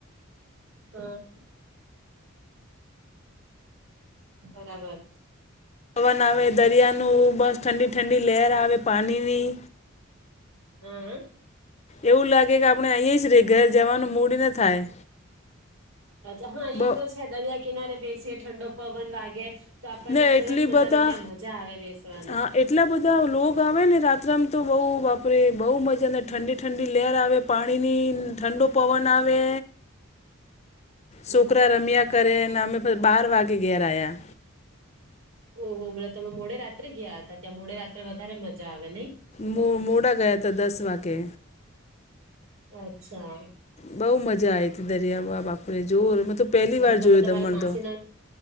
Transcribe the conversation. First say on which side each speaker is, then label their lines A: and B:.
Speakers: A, on the right (about 90°); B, on the left (about 30°).
A: હા. બરાબર.
B: પવન આવે દરિયા નુ બસ ઠંડી ઠંડી લહેર આવે પાણી ની
A: હમ.
B: એવું લાગે કે આપણે અહીં જ રે ઘેર જવાનું મૂડ ન થાય
A: અચ્છા હા
B: બ
A: ઈ તો છે દરિયા કિનારે બેસીએ ઠંડો પવન વાગે તો આપણને
B: ને
A: સરસ
B: એટલી
A: મજા
B: બધા
A: ત્યાં મજા આવે બેસવાની.
B: હા એટલા બધા લોગ આવે ને રાત્રમાં તો બહુ વાપરે બહુ મજાને ઠંડી ઠંડી લેર આવે. પાણીની ઠંડો પવન આવે.
A: હમ
B: છોકરા રમ્યા કરે અને અમે બાર વાગે ઘેર આવ્યા
A: ઓહ બલો તમે મોડે રાત્રે ગયા હતા ત્યાં મોડે રાત્રે વધારે મજા આવે નઈ
B: મુ મોડા ગયા તા દસ વાગે.
A: અચ્છા.
B: બહુ મજા આઈ હતી દરિયા બા બાપરે જોવ મ તો પહેલી વાર
A: તમે
B: જોયો
A: તમારા
B: દમણ
A: માસીના
B: તો.